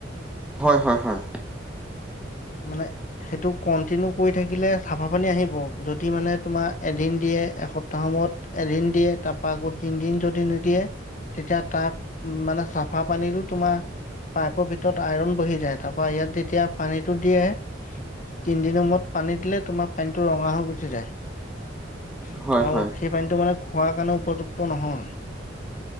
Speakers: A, in the centre; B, on the left.
A: হয়, হয়, হয়।
B: মানে সেইটো কন্টিনিউ কৰি থাকিলে চাফা পানী আহিব যদি মানে তোমাৰ এদিন দিয়ে এসপ্তাহ মূৰত এদিন দিয়ে তাৰপা আকৌ তিনদিন যদি নিদিয়ে তেতিয়া তাত মানে চাফা পানীটো তোমাৰ পাইপৰ ভিতৰত অইৰণ বহি যায় তাৰপা ইয়াত তেতিয়া পানী টো দিয়ে তিনিদিনৰ মূৰত পানী দিলে তোমাৰ পানীটো ৰঙা হৈ গুছি যায়।
A: হয়
B: আৰু
A: হয়
B: সেই পানীটো মানে খোৱাৰ কাৰণে উপযুক্ত নহয়।